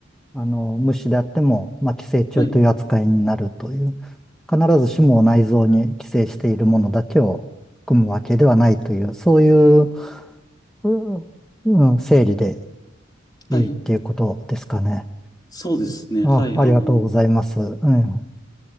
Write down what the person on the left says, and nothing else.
はい、
はい、
そうですね、
はい、
あの、